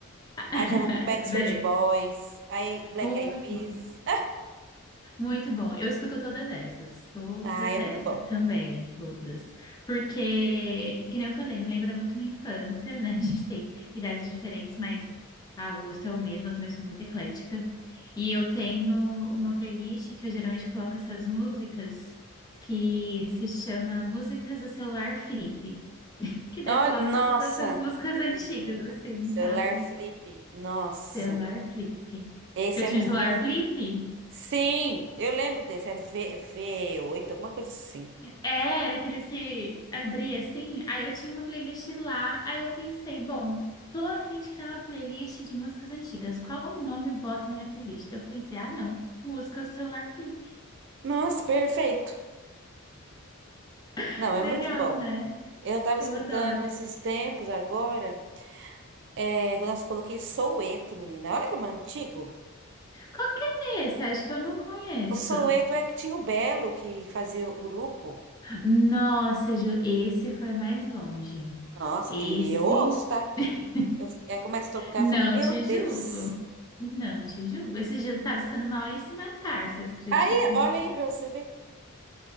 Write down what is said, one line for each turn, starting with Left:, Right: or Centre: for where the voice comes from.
Left: <laughs>
Right: Aí já vou pro Backstreet
Left: adorei,
Right: Boys, aí Black
Left: muito
Right: Eyed Peas.
Left: bom. Muito bom. Eu escuto todas essas, todas
Right: Ah, é
Left: essas
Right: muito bom.
Left: também, todas. Porque, que nem eu falei, me lembra muito minha infância, né? <laughs> A gente tem idades diferentes, mas ah, o gosto é o mesmo, eu também sou muito eclética. E eu tenho uma playlist que eu geralmente coloco essas músicas que se chama Músicas do Celular Flip. <laughs> Que daí
Right: Olha,
Left: eu coloco
Right: nossa,
Left: todas essas músicas antigas,
Right: menina,
Left: assim,
Right: celular
Left: sabe?
Right: flip, nossa,
Left: Celular Flip. Que
Right: esse
Left: eu
Right: é
Left: tinha
Right: muito.
Left: um celular Flip.
Right: Sim, eu lembro desse, era o V, V8, alguma coisa assim.
Left: É, era aqueles que abria assim. Aí eu tinha uma playlist lá. Aí eu pensei, bom, tô a fim de criar uma playlist de músicas antigas. Qual o nome bota na minha playlist? Eu pensei, ah, não. Música celular flip.
Right: Nossa, perfeito.
Left: <laughs>
Right: Não, é
Left: Legal,
Right: muito bom.
Left: né?
Right: Eu tava
Left: Eu
Right: escutando
Left: adoro.
Right: esses tempos agora. É, nossa, coloquei Soueto, menina. Olha como é antigo.
Left: Qual que é esse? Acho que eu não conheço.
Right: O Soueto é que tinha o Belo que fazia o grupo.
Left: Nossa, Ju, esse foi mais longe.
Right: Nossa,
Left: Esse.
Right: e eu ouço, tá?
Left: <laughs>
Right: Eu, aí começa a tocar,
Left: Não
Right: eu falei, meu
Left: te
Right: Deus.
Left: julgo. Não te julgo. Esses dias eu tava escutando Maurício Matar, você acredita?
Right: Aí, olha aí pra você ver.